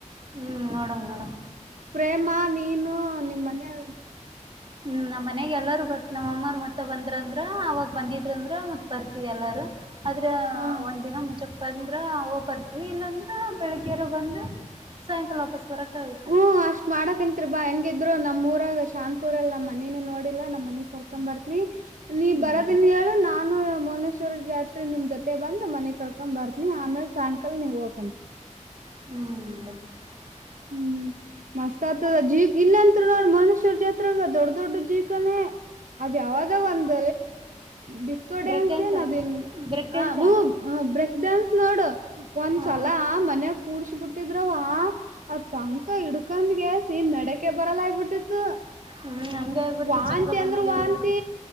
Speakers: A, on the right; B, on the right.
A: ಹ್ಮ್ ನೋಡಂ ನೋಡಂ
B: ಪ್ರೇಮಾ ನೀನು ನಿಮ್ಮ ಮನೆಯ
A: ಹ್ಮ್ ನಮ್ಮ ಮನೆಯಾಗ ಎಲ್ಲಾರೂ ಬರ್ತ ನಮ್ಮಮ್ಮರು ಮತ್ತ ಬಂದ್ರಂದ್ರ ಅವಾಗ ಬಂದಿದರು ಅಂದ್ರ ಮತ್ತ ಬರ್ತವಿ ಎಲ್ಲಾರೂ ಆದ್ರೆ
B: ಹಾ
A: ಒಂದ್ ದಿನ ಮುಜಕ್ ಬಂದ್ರ ಹವು ಬರ್ತ್ವಿ ಇಲ್ಲಾಂದ್ರ ಬೆಳಗ್ಗೆರ ಬಂದು ಸಾಯಂಕಾಲ ವಾಪಸ್ ಬರಕ್ ಆಗುತ್ತ
B: ಹ್ಮ್ ಅಷ್ಟ್ ಮಾಡಕಂತತ್ರಿ ಬಾ ಎ ಹ ಇದ್ರು ನಮ್ಮ್ಊರಾಗ ಶಾಂತಪುರ ಅಲ್ ನಮ್ಮ ಮನಿನ ನೋಡಿಲ್ಲಾ ನಮ್ಮ್ ಮನಿ ಕರ್ಕೊ ಬರ್ತನಿ ನೀ
A: ಹ್ಮ್
B: ಬರೋದನ್ ಹೇಳಿ ನಾನು ಮುವನೇಶ್ವ ಜಾತ್ರಿ ನಿಮ್ ಜೊತೆ ಬಂದ ಮನೆ ಕರ್ ಕೊಂಡ್ ಬರ್ತನಿ ಆಮೇಲೆ ಸಾಯಂಕಾಲ ನೀವು ಹೋಗಕಿ
A: <unintelligible>
B: ಹ್ಮ್ ಮಸ್ತ್ ಆತದ ಜೀ ಇಲ್ಲ ಅಂತ ನೋಡ್ರ ಮೌನೇಶ್ವರ್ ಜಾತ್ರಾಗ ದೊಡ್ಡ ದೊಡ್ಡ ಜೀಕನೇ ಅದ್ ಯಾವಾಗ ಒಂದ ಡಿಸ್ಕೋ
A: ಬ್ರೇಕ್
B: ಡ್ಯಾನ್ಸ್
A: ಡ್ಯಾನ್ಸಾ
B: ಏನ್ ಅದ್
A: ಬ್ರೇಕ್ ಡ್ಯಾನ್ಸಾ
B: ಹ ಬ್ರೇಕ್ ಡಾನ್ಸ್ ನೋಡು ಒಂದ್ಸಲ
A: ಹಾ
B: ಮನ್ಯಾಗ ಕೂಡ್ಸ ಬಿಟ್ಟಿದ್ರವ ಟಂಕ ಹಿಡ್ಕಂದ್ಗೆಸೀನ್ ನಡಕೆ ಬರಲ್ಲಾಗ್ಬಿಟ್ಟಿತ್ತು
A: ಹ್ಮ್ ಹಂಗೆ ಆಗ್ಬಿಡ್ತು
B: ವಾಂತಿ
A: ಚಕ್ರ ಬಂದಂಗ
B: ಅಂದ್ರ ವಾಂತಿ
A: ಆಗ್ಬಿಡ್ತು